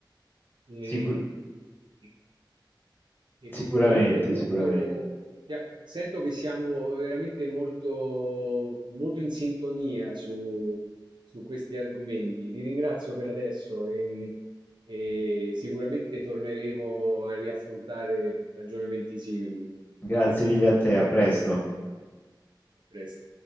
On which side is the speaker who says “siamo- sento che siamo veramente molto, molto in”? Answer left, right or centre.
Right